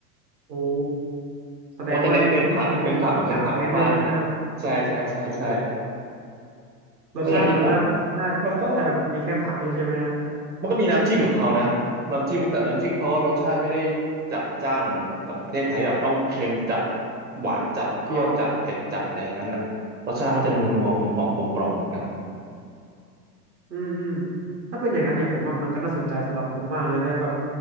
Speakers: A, on the right; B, on the right.
A: โอ้แสดงว่านี่แบบมีแต่ผักเน้นเลยใช่ไหมครับ
B: ว่าแต่เน้นเน้นผักเน้นผักกับเน้นผักมากๆเลยนะใช่ใช่ใช่ใช่
A: โอ้รสชาติมันน่าน่าจะแบบมีแค่ผักเลยใช่ไหมฮะ
B: แล้วอย่างที่ผมมันก็ มันก็มีน้ำจิ้มของเขานะน้ำจิ้มแต่น้ำจิ้มเขาก็รสชาติไม่ได้จัดจ้านเหมือนแบบประเทศไทยแบบต้องเค็มจัดหวานจัดเปรี้ยวจัดเผ็ดจัดอะไรอย่างนั้นนะรสชาติก็จะนัวๆกลมกล่อมกลมกล่อมเหมือนกัน
A: อ๋ออืมอืมถ้าเป็นอย่างนั้นเนี่ยผมว่ามันก็น่าสนใจสำหรับผมมากเลยแต่แบบ